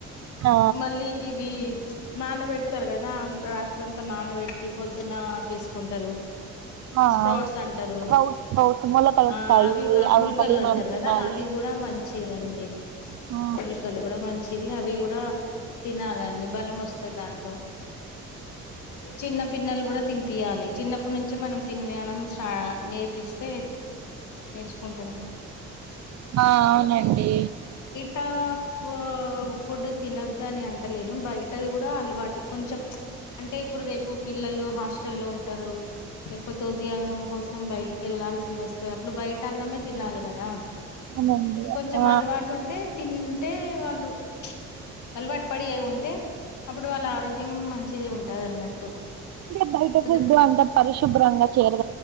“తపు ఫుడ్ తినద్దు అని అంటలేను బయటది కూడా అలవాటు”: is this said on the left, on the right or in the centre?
Left